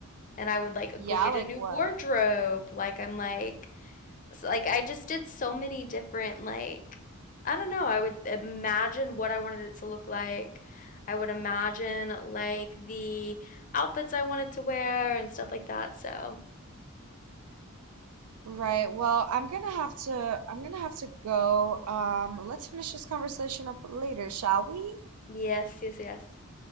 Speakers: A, on the left; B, on the right.
A: And I would like
B: Yeah,
A: go get
B: like
A: a new
B: what?
A: wardrobe. Like I'm like s- like I just did so many different like I don't know, I would imagine what I wanted it to look like. I would imagine like the outfits I wanted to wear and stuff like that. So
B: Right. Well, I'm gonna have to I'm gonna have to go. Um, let's finish this conversation up later, shall we?
A: Yes, yes, yes.